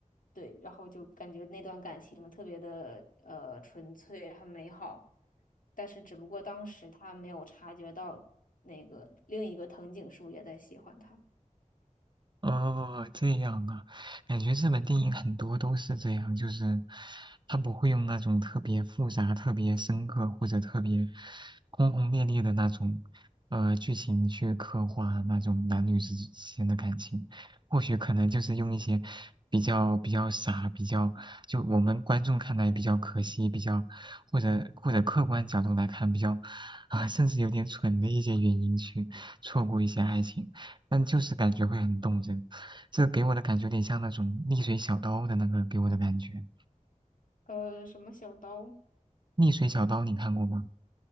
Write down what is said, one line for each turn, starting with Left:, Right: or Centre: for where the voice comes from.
Left: 对，然后就感觉那段感情特别的呃纯粹，很美好，但是只不过当时他没有察觉到那个另一个藤井树也在喜欢他。
Right: 哦，这样啊，感觉日本电影很多都是这样，就是他不会用那种特别复杂、特别深刻或者特别轰轰烈烈的那种呃剧情去刻画那种男女之之间的感情，或许可能就是用一些比较比较傻、比较就我们观众看来比较可惜、比较或者或者客观角度来看比较啊、甚至有点蠢的一些原因去错过一些爱情。但就是感觉会很动人。这给我的感觉有点像那种逆水小刀的那个给我的感觉。
Left: 呃，什么小刀？
Right: 逆水小刀你看过吗？